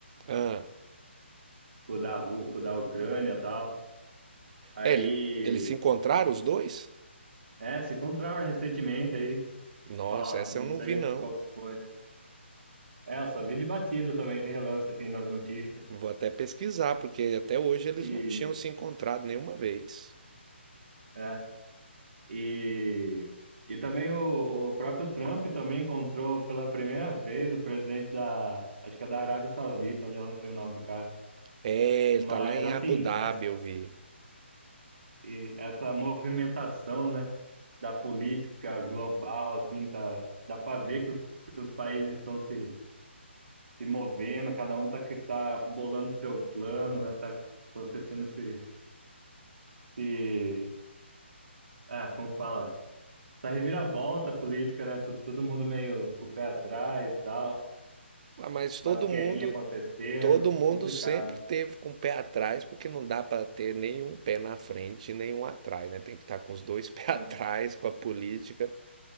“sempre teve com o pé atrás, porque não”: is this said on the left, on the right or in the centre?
Right